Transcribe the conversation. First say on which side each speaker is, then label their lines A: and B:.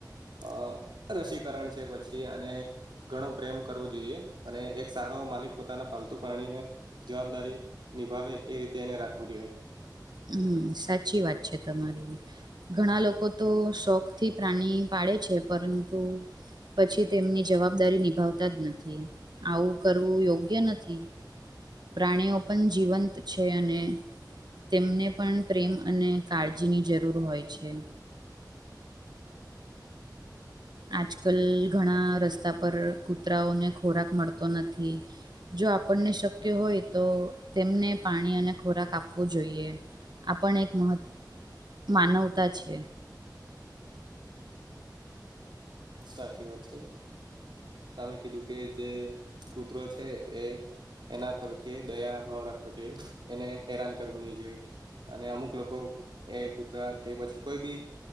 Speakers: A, on the right; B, on the right.
A: અ રસીકરણ છે પછી અને ઘણું પ્રેમ કરવું જોઈએ, અને એક સારો માલિક પોતાના પાલતુ પાણીને જવાબદારી નિભાવે એ રીતે એને રાખવું જોઈએ.
B: હમ સાચી વાત છે તમારી. ઘણા લોકો તો શોખથી પ્રાણી પાડે છે પરંતુ પછી તેમની જવાબદારી નિભાવતા જ નથી, આવું કરવું યોગ્ય નથી. પ્રાણીઓ પણ જીવંત છે અને તેમને પણ પ્રેમ અને કાળજીની જરૂર હોય છે. આજ કલ ઘણા રસ્તા પર કૂતરાઓને ખોરાક મળતો નથી. જો આપણને શક્ય હોય તો તેમને પાણી અને ખોરાક આપવો જોઈએ. આપણ એક મહ માનવતા છે.
A: સાચી વાત છે તમે કીધું કે જે કૂતરો છે એ એના પ્રત્યેય દયા ભાવ રાખવો જોઈએ એને હેરાન કરવું નહી જોઈએ અને અમુક લોકો એ કૂતરા કે પછી કોઈ બી